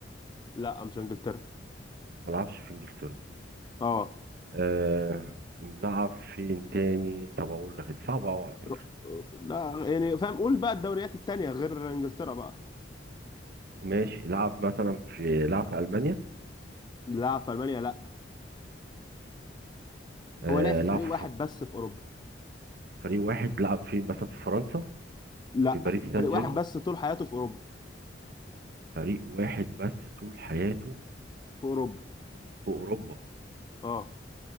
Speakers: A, on the left; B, on the right.
A: لا مش انجلترا
B: ما لعبش في انجلترا
A: اه
B: آه لعب فين تاني طب اقول لك دي صعبه قوي على فكره
A: ر- لا يعني فاهم قول بقى الدوريات التانية غير انجلترا بقى
B: ماشي لعب مثلا في لعب في المانيا
A: لا في المانيا لا
B: آه
A: هو لا في
B: لعب
A: فريق
B: في
A: واحد
B: ف-
A: بس في اوروبا
B: فريق واحد لعب فين مثلا في فرنسا
A: لا
B: في باريس سان
A: فريق
B: جيرمان
A: واحد بس طول حياته في اوروبا
B: فريق واحد بس طول حياته
A: في اوروبا
B: في اوروبا
A: اه